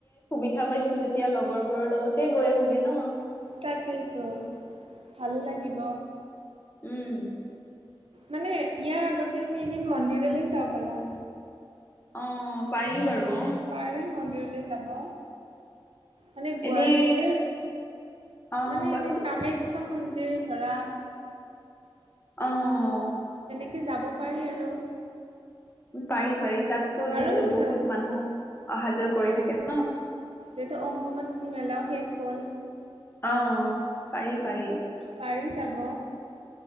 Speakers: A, on the left (about 25°); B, on the right (about 75°).
A: ধা পাইছো যেতিয়া লগৰবোৰৰ লগতে গৈ আহোগে ন।
B: তাকেইেতো, ভালো লাগিব।
A: উম।
B: মানে ইয়াৰ আগতে আমি এদিন মন্দিৰলৈ যাওঁ ব'লা।
A: অ', পাৰি বাৰু।
B: পাৰিম মন্দিৰলৈ যাব। মানে গুৱাহাটীৰে,
A: এনেই অ
B: মানে
A: কোৱাচোন
B: এনেই কামেখ্যা খ্যা মন্দিৰ ধৰা।
A: অ',
B: তে যাব পাৰি আৰু।
A: পাৰি পাৰি তাততো যিহেতু
B: আৰু
A: বহুত
B: ধ-
A: মানুহ অহা যোৱা কৰি থাকে ন।
B: এতিয়া অম্বোবাচি মেলাও শেষ হ'ল।
A: অ', পাৰি। পাৰি
B: পাৰি যাব।